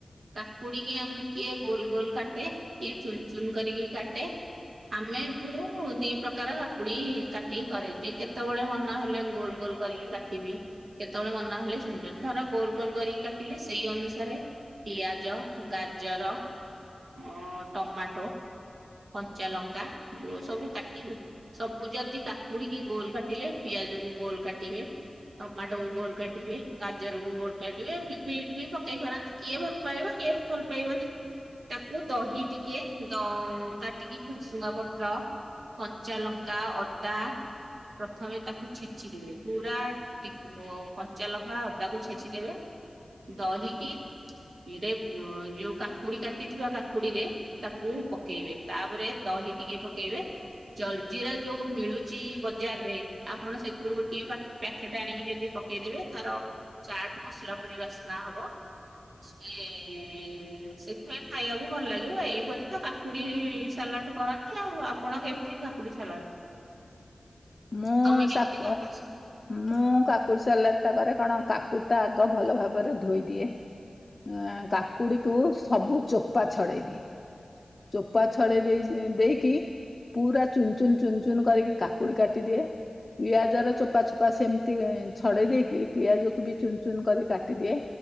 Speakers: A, on the right (about 80°); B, on the left (about 40°).
A: କାକୁଡି କି ଆମେ କିଏ ଗୋଲ୍ ଗୋଲ୍ କାଟେ, କିଏ ଚୁନ୍ ଚୁନ୍ କରିକି କାଟେ ଆମେ ମୁଁ ଦି ପ୍ରକାର କାକୁଡି କାଟିିକି କରେ, ଯେ କେତେବେଳେ ମନ ହେଲେ ଗୋଲ୍ ଗୋଲ୍ କରିକି କାଟିବି, କେତେବେଳେ ମନ ହେଲେ ସେମିତି ଧର ଗୋଲ ଗୋଲ କରିକି କାଟିଲି ସ ସେଇ ଅନୁସାରେ ପିଆଜ, ଗାଜର ଅ ଟମାଟୋ, କଞ୍ଚା ଲଙ୍କା ଓ ସବୁ କାଟି କି ସବୁ ଯଦି କାକୁଡିକି ଗୋଲ କାଟିଲେ, ପିଆଜକୁ ଗୋଲ୍ କାଟିବେ ଟମାଟୋକୁ ଗୋଲ କାଟିବେ, ଗାଜରକୁୁ ଗୋଲ କାଟିବେ ବି ବିଟ୍ ବି ପକେଇ ପାରନ୍ତି, କିଏ ଭଲ ପାଇବ କିଏ ଭଲ ପାଇବନି। ତାକୁ ଦହି ଟିକେ, ଦ କାଟିକି ଭୃସୁଙ୍ଗା ପତ୍ର କଞ୍ଚା ଲଙ୍କା, ଅଦା ପ୍ରଥମେ ତାକୁ ଛେଚି ଦେବେ ପୁରା ଟିକ ଓ କଞ୍ଚା ଲଙ୍କା ଅଦାକୁ ଛେଚିଦେବେ ଦହିକି ରେ ଯୋଉ କାକୁଡି କାଟିଥିବା କାକୁଡିରେ ତାକୁ ପକେଇବେ, ତାପରେ ଦହି ଟିକେ ପକେଇବେ ଜଲ୍ ଜିିରା ଯୋଉ ମିଳୁଛି, ବଜାରେ ଆପଣ ସେଥିରୁ ଗୋଟିଏ ପା ପ୍ୟାକେଟ୍ ଆଣିକି ଯଦି ପକେଇଦେବେ ତାର ଚାଟ୍ ମସଲା ପରି ବାସ୍ନା ହବ। ସିଏ ସେଥିପାଇଁ ଖାଇବାକୁ ଭଲ ଲାଗିବ ଏଇପରି ତ କା କୁଡ଼ି ସାଲାଡ଼ କରନ୍ତି ଆଉ ଆପଣ କେମିତି କାକୁଡ଼ି ସାଲାଡ଼ କର
B: ମୁଁ
A: ତମେ କେମିତି
B: ସାକ
A: କାଟନ୍ସି?
B: ମୁଁ କାକୁଡ଼ି ସାଲାଡ଼ ଟା କରେ କଣ କାକୁଡ଼ି ଟା ଆଗ ଭଲ ଭାବରେ ଧୋଇ ଦିଏ ଉଁ କାକୁଡ଼ିକୁ ସବୁ ଚୋପା ଛଡ଼େଇ ଦିଏ। ଚୋପା ଛଡ଼େଇ ଦେଇ ସି ଦେଇକି ପୁରା ଚୁନ୍ ଚୁନ୍ କରିକି କା କୁଡ଼ି କାଟିଦିଏ। ପିଆଜର ଚୋପା ଚୋପା ସେମିତି ଇଁ ଛଡ଼େଇ ଦେଇକି ପିଆଜକୁ ବି ଚୁନ୍ ଚୁନ୍ କରି କାଟିଦିଏ।